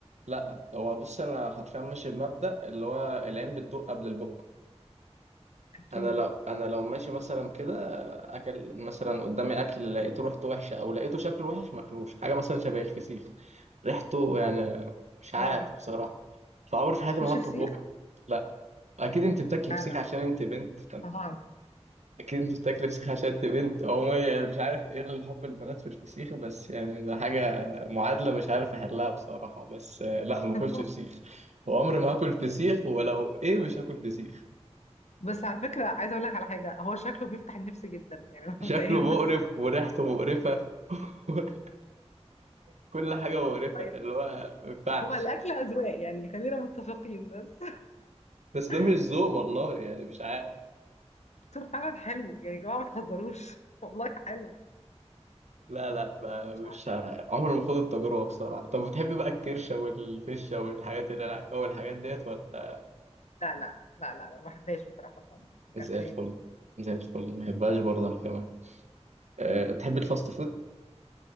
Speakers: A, on the right; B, on the left.
A: لا هو بص انا حرفيا ماشي بمبدأ اللي هو العين بتدوق قبل البق
B: اكيد
A: انا لو انا لو ماشي مثلا كده اكل مثلا قدامي اكل لقيته ريحته وحشه او لقيته شكله وحش ماكلوش حاجه مثلا شبه الفسيخ ريحته يعني مش
B: اه
A: عارف بصراحه فعمر في حياتي
B: تاكلش
A: ما احطه
B: فسيخ
A: في بقي لا اكيد انت بتاكلي
B: فعلا
A: فسيخ عشان انت بنت
B: طبعا
A: اكيد انت بتاكل فسيخ عشان انت بنت عموما يعني مش عارف ايه الحب البنات في الفسيخ بس يعني ده حاجه معادله مش عارف احلها بصراحه بس آه، لا ما باكلش
B: <laughs>
A: فسيخ وعمري ما هاكل فسيخ ولو ايه مش هاكل فسيخ
B: بس على فكرة عايزة اقول لك على حاجة هو شكله بيفتح النفس جدا يعني <laughs>
A: شكله
B: مبدئيا
A: مقرف
B: بس
A: وريحته مقرفه <laughs> كل حاجه مقرفه
B: طيب
A: اللي هو ما ينفعش
B: هو الاكل اذواق يعني خلينا متفقين بس
A: بس ده مش
B: <laughs>
A: ذوق
B: اكيد
A: والله
B: يعني.
A: يعني مش عارف
B: طول فعلا حلو يعني يا جماعة ما تهزروش <laughs> والله حلو
A: لا لا ما-
B: مش
A: مش
B: عارف
A: ه- عمري ما خد التجربه بصراحه طب بتحبي بقى الكرشه والفشه والحاجات اللي انا اول الحاجات ديت ولا
B: لا لا لا لا لا ما بحبهاش بصراحة خالص ما اكلتهاش
A: زي الفل زي الفل ما يبقاش برضه انا كمان أه تحب الفاست فود